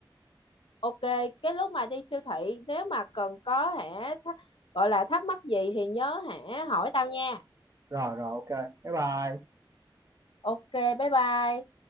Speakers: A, on the left; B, on the right.
A: Ok, cái lúc mà đi siêu thị nếu mà cần có hả thắc- gọi là thắc mắc gì thì nhớ hả hỏi tao nha.
B: rồi rồi ok bye bye
A: Ok, bye bye.